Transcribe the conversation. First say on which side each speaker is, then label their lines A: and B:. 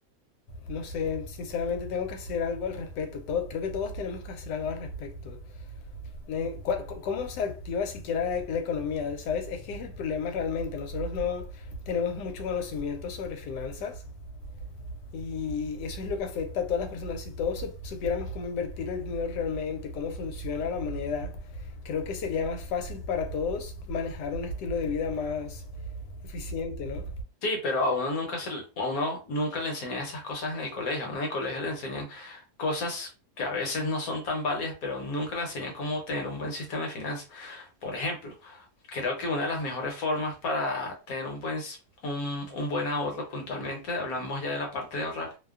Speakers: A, on the left; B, on the left.
A: No sé, sinceramente tengo que hacer algo al respecto. Todo, creo que todos tenemos que hacer algo al respecto. Ne- cua- co- ¿Cómo se activa siquiera la, la economía? ¿Sabes? Es que es el problema realmente. Nosotros no tenemos mucho conocimiento sobre finanzas y eso es lo que afecta a todas las personas. Si todos sup- supiéramos cómo invertir el dinero realmente, cómo funciona la moneda, creo que sería más fácil para todos manejar un estilo de vida más eficiente, ¿no?
B: Sí, pero a uno nunca se, le- a uno nunca le enseñan esas cosas en el colegio. A uno en el colegio le enseñan cosas que a veces no son tan válidas, pero nunca le enseñan cómo tener un buen sistema de finanzas. Por ejemplo, creo que una de las mejores formas para tener un buen, s- un, un buen ahorro puntualmente, hablamos ya de la parte de ahorrar,